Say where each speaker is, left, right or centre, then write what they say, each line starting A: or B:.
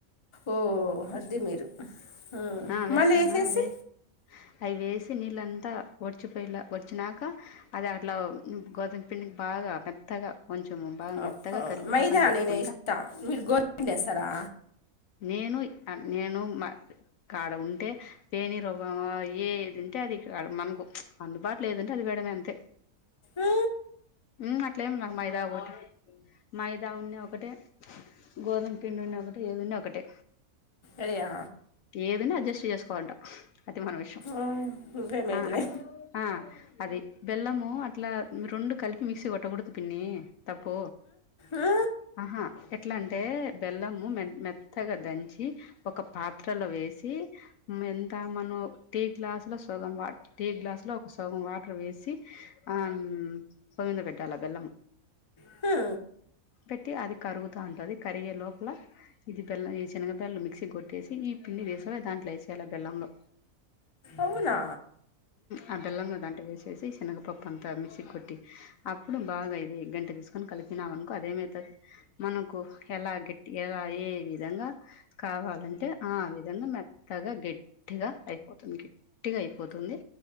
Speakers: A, on the left; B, on the left.
A: ఓ అది మీరు ఉమ్,
B: ఆ వ్యస్తనా
A: మళ్ళీ వేసేసి
B: వేసి అవి వేసి నీళ్ళంతా ఒడిచిపోయలా ఒడిచినాక అది అట్లా ఉ గోధుమ్ పనికి బాగా మెత్తగా కొంచెం బాగా
A: అవ్
B: మెత్తగా
A: అవును
B: కలిపి
A: మైదా
B: పక్కన పెట్టుకుంటా
A: నేనేస్తా మీరు గోదుం పిండి ఏస్తారా
B: నేన్ వి అ నేను మా కాడ ఉంటే పేని రవ్వ ఏదింటే అది కా మనకు ప్చ్ అందుబాటులో ఏదుంటే అది వేడమే అంతే
A: ఆ
B: ఉ అట్లే ఏం నాక్ మైదా ఒటె మైదా ఉన్ని ఒకటే గోధుం పిండి ఉన్నా ఒకటె ఏదున్నా ఒకటే
A: అయా
B: ఏదనా అడ్జస్ట్ చేస్కోంటా అది మన విషయం
A: ఆ నువ్వే మేలులే
B: ఆ అట్లా ఆ అది బెల్లము అట్లా రొండు కలిపి మిక్సీ వట్టకూడదు పిన్నీ తప్ప
A: ఆ
B: ఆహా ఎ ఎట్లా అంటే బెల్ము మె మెత్తగా దం చి ఒక ట్టలో వేసి ఎంత మనం టీ గ్లాసులో సగం వా టీ గ్లాసులో ఒక సుగం వాటర్ వేసి ఆ సోవిందపట టిలా బెల్లం
A: హా
B: పెట్టి అది కరుగుతూ ఉంటుంది కరిగే లోపల ఇది బల్ ఇది చిన్నగా బళ్ల్ళు క్సి కొట్టేసి ఈ పి దసవే దాంట్లో వెసి అలా బెల్లంలో
A: అవునా
B: ఆ బెల్లంలో దాంట వేసి చేసి శనగపపాప్ప అంత మిక్సీ కొట్టి అప్పుడు బాగా ఇది గంట తీసుకొని కలిపినాం అనుకో అదేమైతు మనకు ఎలా గట్టి ఎలా ఏ విధంగా కావాలంటే ఆ విధంగా మెత్తగా గట్టిగా అయిపోతు గట్టిగ అయిపోతుంది